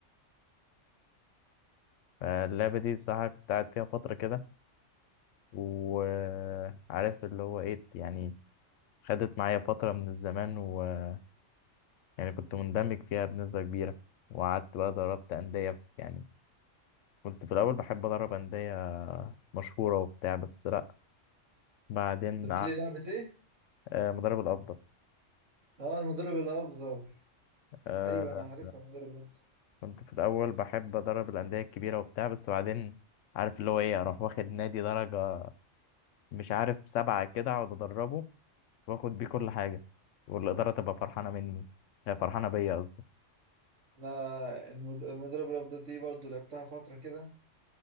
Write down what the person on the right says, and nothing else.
قلت لي لعبة ايه؟
اه المدرب الافضل
ايوه انا عارفها المدرب الافضل
انا المد- المدرب الافضل دي برضو لعبتها فترة كده